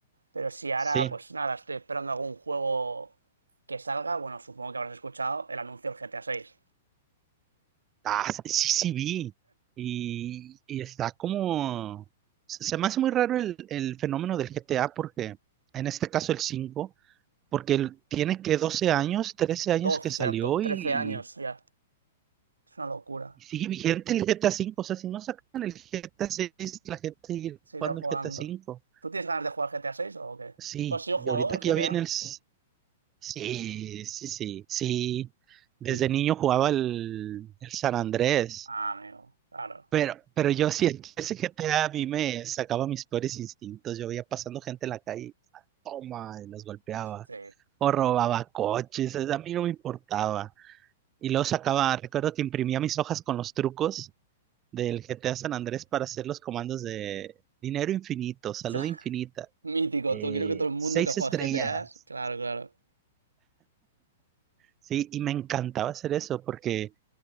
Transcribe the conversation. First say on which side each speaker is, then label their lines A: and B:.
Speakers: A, on the right; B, on the right.
A: Pero sí, ahora,
B: sí.
A: pues nada, estoy esperando algún juego que salga. Bueno, supongo que habrás escuchado el anuncio del GTA 6.
B: Ah, sí, sí sí vi. Y, y está como... Se se me hace muy raro el, el fenómeno del GTA porque, en este caso el 5 porque el- tiene que 12 años, 13 años
A: 12,
B: que salió
A: ya to- 13
B: y,
A: años ya. Es una locura.
B: y sigue vigente el GTA cinco O sea, si no sacan el GTA seis la gente sigue
A: Seguiré
B: jugando
A: jugando.
B: el GTA cinco
A: ¿Tú tienes ganas de jugar GTA 6 o qué?
B: Sí,
A: ¿Tú has sido
B: y
A: jugador
B: ahorita que
A: GTA?
B: ya viene el... s- Sí, sí, sí, sí. Desde
A: <laughs>
B: niño jugaba el, el San Andrés.
A: Ah, amigo, claro.
B: Pero, pero yo siento, ese GTA a a mí me sacaba mis peores instintos. Yo veía pasando gente en la calle, ¡ah, toma, y los golpeaba.
A: Sí.
B: O robaba coches, es- a mí no me importaba. Y luego sacaba, recuerdo que imprimía mis hojas con los trucos del GTA San Andrés para hacer los comandos de dinero infinito, salud
A: <laughs>
B: infinita,
A: Mítico,
B: eh,
A: tú creo que todo el mundo
B: seis
A: que juega
B: estrellas.
A: GTA, claro, claro.
B: Sí, y me encantaba hacer eso porque